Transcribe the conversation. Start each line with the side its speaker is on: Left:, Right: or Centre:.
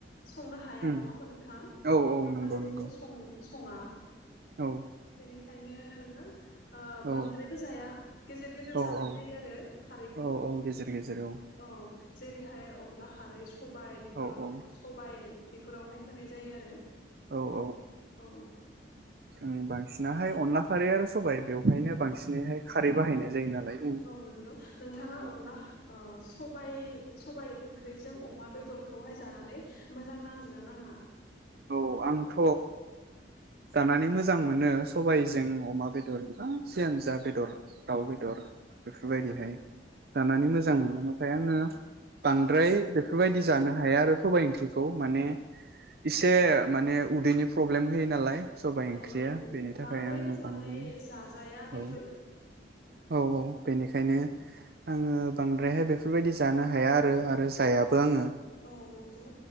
Left: संनो हाया
Right: उम
Left: नङा होमबा नोंथां
Right: औ औ नंगौ
Left: खारैजोंबों
Right: नंगौ
Left: सं सङा
Right: औ
Left: बेनिखा ओंखायनो आरोना बांद्रायबो
Right: औ
Left: जाया गेजेर गेजेर
Right: औ
Left: जानाय
Right: औ
Left: जायो आरो खारैखौ
Right: औ औ गेजेर गेजेर
Left: औ जेरैहाय अनला खारै सबाइ फोराव
Right: औ औ
Left: सबाय बेफोरावहाय होनाय जायो आरो
Right: औ औ
Left: औ
Right: जों बांसिन। नाहाय अनला खारै आरो सबाय बेवहायनो बांसिनैहाय खारै बाहायनाय
Left: औ
Right: जायो नालाय जों
Left: औ नंगौ नोंथाङा
Right: बेवहाय
Left: अनला ओ सबाय सबाय ओंख्रिजों अमा बेदरखौहाय जानानै मोजां नाङो ना नाङा?
Right: औ आंथ जानानै मोजां मोनो सबायजों अमा बेदर बा जियानोजा बेदर दाउ बेदर। बेफोरबायदिहाय
Left: औ
Right: जानानै मोजां मोनो नाथाय आङो बांद्राय बेफोरबायदि जानो हाया आरो सबाय ओंख्रिखौ माने इसे माने उदैनि प्रब्लेम होयो नालाय। सबाय ओंख्रिया
Left: औ नंगौ
Right: बेनि थाखाय
Left: बांद्रायबो
Right: आङो
Left: जानाय
Right: बांद्राय
Left: जाजाया बेफोर
Right: औ औ औ। बेनिखायनो आङो बांद्रायहाय बेफोरबायदि जानो हाया आरो आरो जायाबो आङो।
Left: औ नांगौ।